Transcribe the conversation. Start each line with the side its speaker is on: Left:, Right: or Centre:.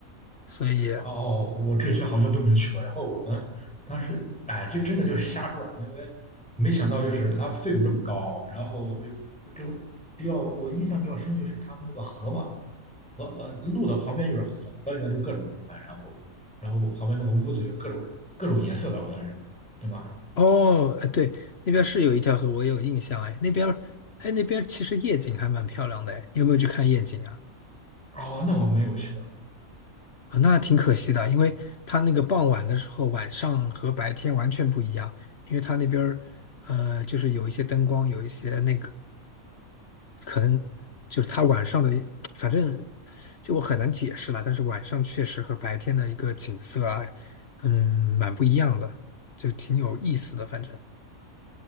Left: 所以
Centre: 哦，我这些好像都没去过。然后我们当时，哎，就真的就是瞎转，因为没想到就是它费用这么高。然后就就比较我印象比较深就是他们那个河嘛，河呃路的旁边就是河，河里面就各种河，然后然后旁边那个屋子有各种各种颜色的，好像是，对吧？
Left: 哦，呃对，那边是有一条河，我也有印象，哎，那边儿，哎，那边其实夜景还蛮漂亮的，哎，你有没有去看夜景啊？
Centre: 哦，那我没有去
Left: 啊，那挺可惜的，因为它那个傍晚的时候，晚上和白天完全不一样，因为它那边儿，呃，就是有一些灯光，有一些那个。可能就是他晚上的，反正就我很难解释了。但是晚上确实和白天的一个景色啊，嗯，蛮不一样的，就挺有意思的。反正，